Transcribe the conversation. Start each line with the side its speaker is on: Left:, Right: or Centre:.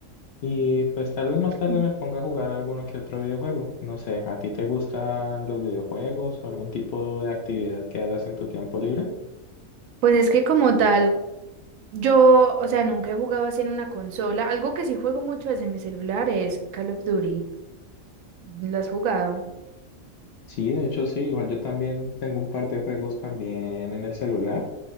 Left: y pues tal vez más tarde
Right: Mm.
Left: me ponga a jugar alguno que otro videojuego, no sé, ¿a ti te gustan los videojuegos o algún tipo de actividad que hagas en tu tiempo libre?
Right: Pues es que como tal, yo, o sea, nunca he jugado así en una consola. Algo que sí juego mucho desde mi celular es Call of Duty. ¿Lo has jugado?
Left: Sí, de hecho sí, igual yo también tengo un par de juegos también en el celular,